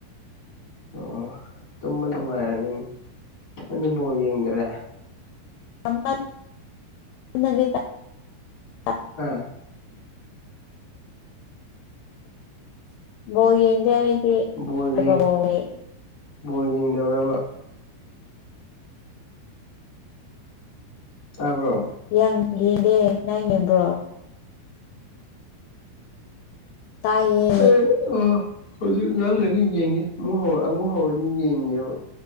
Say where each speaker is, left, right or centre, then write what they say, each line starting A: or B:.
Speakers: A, on the left; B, on the left.
A: ꯑꯣ ꯇꯨꯝꯃ ꯅꯨꯡꯉꯥꯏꯔꯅꯤꯅꯦ ꯅꯪꯗꯤ ꯕꯣꯜ ꯌꯦꯡꯗ꯭ꯔꯦ
B: ꯑꯃꯠ <unintelligible>
A: ꯑꯥ
B: ꯕꯣꯜ ꯌꯦꯡꯗꯦ ꯑꯩ
A: ꯕꯣꯜ ꯌꯦꯡ
B: <unintelligible>
A: ꯕꯣꯜ ꯌꯦꯡꯗꯕ꯭ꯔꯕ ꯇꯕ꯭ꯔꯣ
B: ꯏ ꯌꯦꯡꯗꯦ ꯅꯪ ꯅꯕ꯭ꯔꯣ ꯇꯥꯏꯌꯦ
A: ꯑꯦ ꯑ ꯍꯧꯖꯤ ꯏ ꯂꯣꯏꯔꯗꯤ ꯌꯦꯡꯒꯦ ꯑꯃꯨꯛ ꯍꯧꯔ ꯑꯃꯨꯛ ꯍꯧꯔꯗꯤ ꯌꯦꯡꯉꯦꯕ